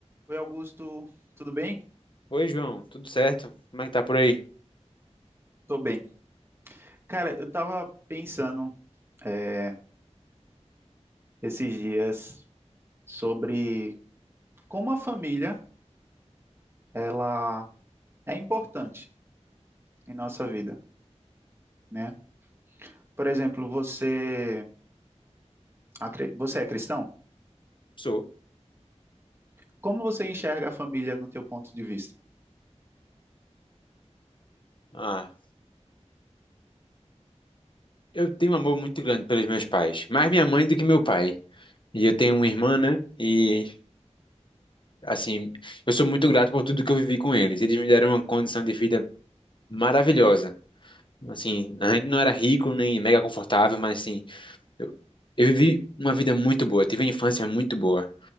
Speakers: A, on the right; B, on the left.
A: Oi, Augusto, tudo bem?
B: Oi, João, tudo certo? Como é que tá por aí?
A: Tô bem. Cara, eu tava pensando é, esses dias sobre como a família ela é importante em nossa vida, né? Por exemplo, você, acre- você é cristão?
B: Sou.
A: Como você enxerga a família no teu ponto de vista?
B: Ah, eu tenho um amor muito grande pelos meus pais, mais minha mãe do que meu pai. E eu tenho uma irmã, né? E, assim, eu sou muito grato por tudo que eu vivi com eles. Eles me deram uma condição de vida maravilhosa. Assim, a gente não era rico nem mega confortável, mas, assim, eu, eu vivi uma vida muito boa, tive uma infância muito boa.